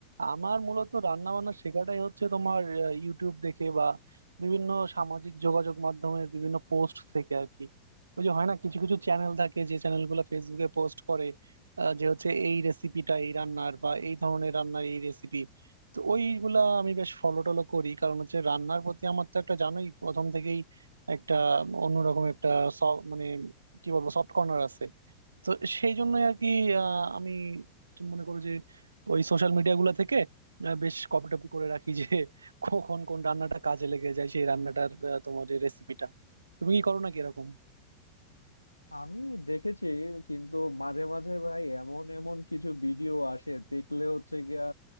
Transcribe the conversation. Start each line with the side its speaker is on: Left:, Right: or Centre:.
Right: আমার মূলত রান্না বান্না শেখাটাই হচ্ছে তোমার আহ, ইউটিউব দেখে বা বিভিন্ন সামাজিক যোগাযোগ মাধ্যমের বিভিন্ন পোস্ট থেকে আর কি ওই যে হয় না কিছু কিছু চ্যানেল থাকে যে চ্যানেলগুলো ফেসবুকে পোস্ট করে আহ, যে হচ্ছে এই রেসিপিটা এই রান্নার বা এই ধরনের রান্নার এই রেসিপি তো ওইগুলা আমি বেশ ফলো টলো করি কারণ হচ্ছে রান্নার প্রতি আমার তো একটা জানোই প্রথম থেকেই একটা অন্যরকম একটা স- মানে কি বলবো সফট কর্নার আছে তো সেই জন্যই আর কি আহ, আমি তুমি মনে করো যে ওই সোশ্যাল মিডিয়া গুলা থেকে আহ, বেশ কপি টপি করে রাখি যে <laughs> কখন কোন রান্নাটা কাজে লেগে যায় সেই রান্নাটার আহ, তোমার যে রেসিপিটা তুমি কি করো নাকি এরকম
Left: আমি দেখেছি কিন্তু মাঝে মাঝে ভাই এমন এমন কিছু ভিডিও আসে দেখলে হচ্ছে গিয়া